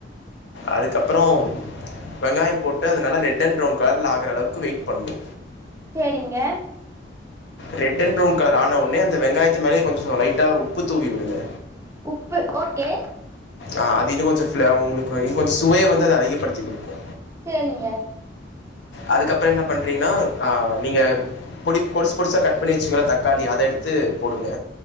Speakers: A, on the left; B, on the right.
A: அதுக்கப்பறோ வெங்காயம் போட்டு அது நல்லா ரெட்டண் ப்ரௌன் கலர்ல ஆகுற அளவுக்கு வெயிட் பண்ணு
B: சேரிங்க
A: ரெட் அண்ட் பிறவுன் கலர் ஆன உடனே அந்த வெங்காயத்து மேலே கொஞ்ச லைட்டா உப்பு தூவி விடுங்க
B: உப்பு ஓகே
A: ஆ, அது இன்னு கொஞ்ச பிளவ்டு உங்களுக்கு இன்ன கொஞ்ச சுவை வந்து அதிகப்படுத்திக குடுக்கு
B: சேரிங்க
A: அதுக்கப்புற என்ன பண்றீங்கன்னா ஆ நீங்க பொடி பொடிசு பொடிசா கட் பண்ணி வச்சங்க தக் காளி அதை எடுத்து போடுங்க